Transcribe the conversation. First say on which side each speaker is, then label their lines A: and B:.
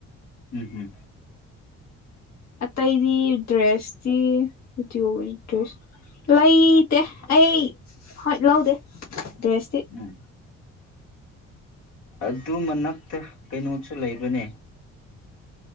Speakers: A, on the left (about 85°); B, on the left (about 60°).
A: ꯎꯝ ꯍꯝ
B: ꯑꯇꯩꯗꯤ ꯗ꯭ꯔꯦꯁꯇꯤ ꯗ꯭ꯔꯦꯁ ꯂꯩꯇꯦ ꯑꯩ ꯍꯣꯏ ꯂꯧꯗꯦ ꯗ꯭ꯔꯣꯏꯁꯇ
A: ꯎꯝ ꯑꯗꯨ ꯃꯛꯇ ꯀꯩꯅꯣꯁꯨ ꯂꯩꯕꯅꯦ